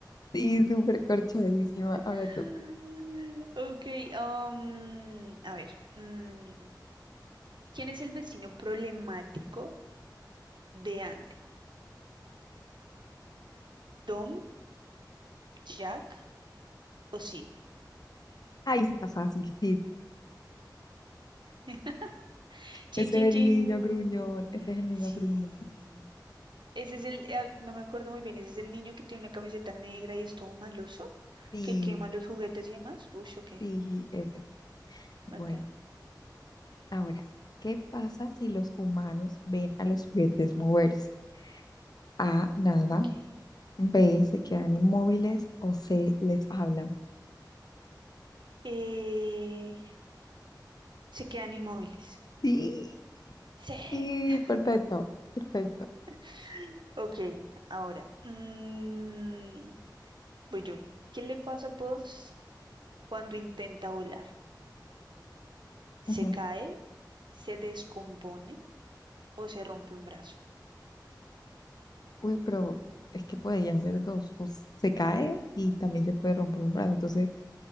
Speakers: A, on the left (about 60°); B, on the right (about 85°).
A: Sí, súper corchadísima.
B: <laughs>
A: Ahora tú.
B: Ok, um, a ver. mm, ¿Quién es el vecino problemático de Andy? ¿Tom, Jack o Sid?
A: Ay, Ahí está fácil, sí.
B: <laughs> Chin,
A: Ese
B: chin,
A: es
B: chin.
A: el niño gruñón, ese es el niño
B: Sí.
A: gruñón.
B: Ese es el, ah, no me acuerdo muy bien, ese es el niño que tiene una camiseta negra y es todo maloso,
A: Sí,
B: que quema los juguetes y demás. Uy, ok,
A: sí, ese. Bueno.
B: ok,
A: Ahora, ¿qué pasa si los humanos ven a los juguetes moverse? A, nada,
B: ok.
A: B, se quedan inmóviles o C, les hablan.
B: Eh, se quedan inmóviles.
A: Sí,
B: Sí.
A: sí,
B: <gasps>
A: perfecto, perfecto.
B: <laughs> Ok, ahora. mm, voy yo. ¿Qué le pasa a vos cuando intenta volar? se
A: Ujú.
B: cae, se descompone o se rompe un brazo.
A: Uy, pero es que podrían ser dos, o s- se cae y también se puede romper un brazo, entonces